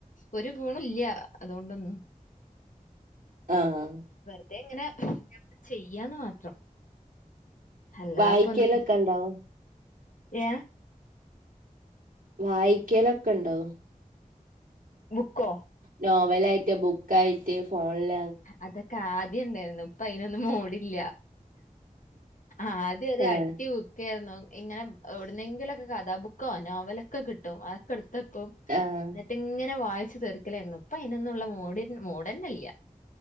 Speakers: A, on the left (about 65°); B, on the right (about 75°).
A: ഒരു ഗുണോല്ല്യ അതുകൊണ്ടൊന്നും.
B: ആ ഹ്
A: വെറുതെ ഇങ്ങനെ ചെയ്യാന്ന് മാത്രം അല്ലാതെ
B: വായിക്കലൊക്കെ
A: ഇപ്പൊന്നുല്ല
B: ഉണ്ടോ
A: യേ
B: വായിക്കലൊക്കെ ഇണ്ടോ?
A: ബുക്കൊ?
B: നോവലായ്റ്റ് ബുക്കായ്റ്റ് ഫോൺല
A: അതൊക്കെ ആദ്യം ഇണ്ടായ്രുന്നു ഇപ്പ അയ്നൊന്നും മൂടില്ല. ആദ്യം ഒര്
B: ആഹ്
A: അട്ടിഉ ടിയേര്ന്നു ഇങ്ങനെ എവ്ട്ന്നെങ്കിലൊക്കെ കഥാബുക്കോ നോവലൊക്കെ കിട്ടും അതൊക്കെ എടുത്തെക്കും.
B: ആ ഹ്
A: ന്ന്ട്ട് ഇങ്ങനെ വായ്ച്ച് തീർക്കലേര്ന്നു ഇപ്പയ്നൊന്നുള്ള മൂട് മൂടെനില്ല.